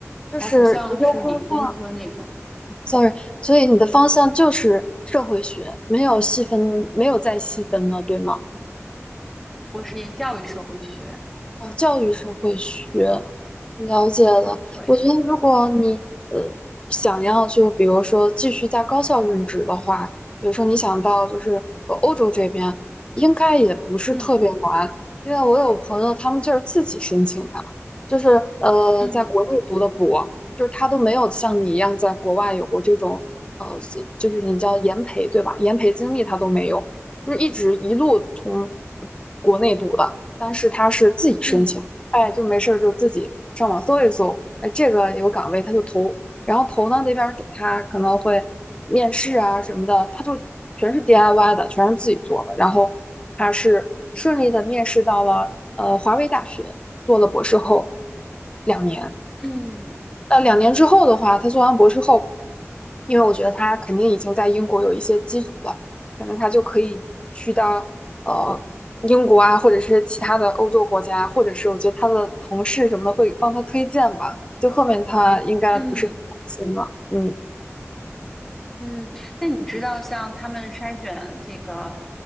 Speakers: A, on the left (about 20°); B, in the centre.
A: 就是研究方向
B: 还不像是理工科那种，
A: ，sorry，所以你的方向就是社会学，没有细分，没有再细分了，对吗？
B: 我是教育社会学。
A: 呃教育社会学，了解了。
B: 对，
A: 我觉得如果你呃想要就比如说继续在高校任职的话，比如说你想到就是呃欧洲这边，应该也不是特别难，
B: 嗯
A: 因为我有朋友他们就是自己申请的，就是呃在国内读的博，
B: 嗯
A: 就是他都没有像你一样在国外有过这种呃就是你叫研培对吧？研培经历他都没有，就是一直一路从国内读的。但是他是自己申请，
B: 嗯
A: 哎，就没事儿就自己上网搜一搜，哎，这个有岗位他就投，然后投呢那边给他可能会面试啊什么的，他就全是 DIY 的，全是自己做的，然后他是顺利的面试到了呃华为大学，做了博士后两年，
B: 嗯
A: 呃，两年之后的话，他做完博士后，因为我觉得他肯定已经在英国有一些基础了，可能他就可以去到呃英国啊，或者是其他的欧洲国家，或者是我觉得他的同事什么的会帮他推荐吧。就后面他应该不是很担心了，
B: 嗯
A: 嗯。
B: 嗯。那你知道，像他们筛选这个